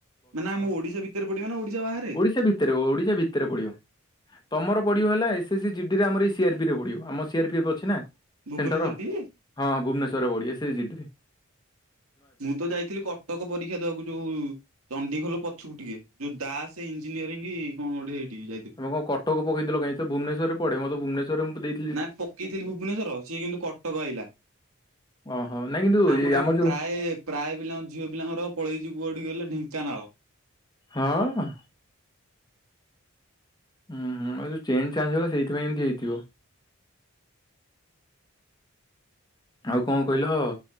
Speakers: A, on the right; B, on the left.
A: ମାନେ ଆମ ଓଡିଶା ଭିତରେ ପଡିବ ନା ଓଡିଶା ବାହାରେ।
B: ଓଡିଶା ଭିତରେ ଓଡିଶା ଭିତରେ ପଡିବ। ତମର ପଡିବ ହେଲା ଏସ୍ ସି ଜିଡିରେ ଆମର ଏଇ ସିଆରପିରେ ପଡିବ ଆମ ସିଆର୍ପି ଅଛି ନା।
A: ଭୁବନେଶ୍ୱର
B: ସେଣ୍ଟର
A: ଟି?
B: ହଁ ଭୁବନେଶ୍ଵରରେ କୋଉଠି ଏସ ଜି ଟିରେ।
A: ମୁଁ ତ ଯାଇଥିଲି କଟକ ପରୀକ୍ଷା ଦବାକୁ ଯୋଉ ଚଣ୍ଡିଖୋଲ ପଛକୁ ଟିକେ ଯୋଉ ଦାସ ଇଂଜିନିୟରିଂ କଣ ଗୋଟେ ସେଇଠିକି ଯାଇଥିଲି।
B: ତମେ କଣ କଟକ ପକେଇଥିଲ କାହିଁ ଭୁବନେଶ୍ୱରରେ ପଡେ ମୋତେ ଭୁବନେଶ୍ୱରେ ମୁଁ ଦେଇ
A: ନା ପକେଇଥିଲି ଭୁବନେଶ୍ଵର ସିଏ କିନ୍ତୁ କଟକ ଆଇଲା।
B: ଓହୋ ନାଇଁ କିନ୍ତୁ
A: ଆମର
B: ଏ
A: ଏଇଠି
B: ଯୋଉ
A: ପ୍ରାୟ ପ୍ରାୟ ପିଲାଙ୍କ ଝିଅ ପିଲାଙ୍କର ପଳେଇଛି କୋଉଠିକି କି କହିଲ ଢେଙ୍କାନାଳ।
B: ହଁ ଅ। ହୁଁ ଯୋଉ ଚେଞ୍ଜ ଚାଞ୍ଜ ହେଇଗଲା ସେଇଥିପାଇଁ ଏମିତି ହେଇଥିବ। ଆଉ କଣ କହିଲ